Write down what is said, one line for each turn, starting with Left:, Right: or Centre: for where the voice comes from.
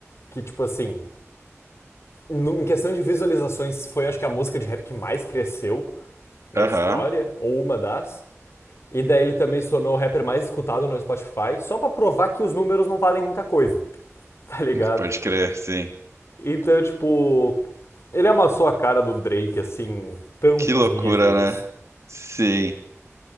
Left: que, tipo assim, no- em questão de visualizações, foi acho que a música de rap que mais cresceu na
Right: Aham.
Left: história, ou uma das. E daí ele também se tornou o rapper mais escutado no Spotify, só pra provar que os números não valem muita coisa. <laughs> tá ligado?
Right: Pode crer, sim.
Left: Então, tipo, ele amassou a cara do Drake, assim, tantos
Right: Que loucura,
Left: níveis.
Right: né? Sim.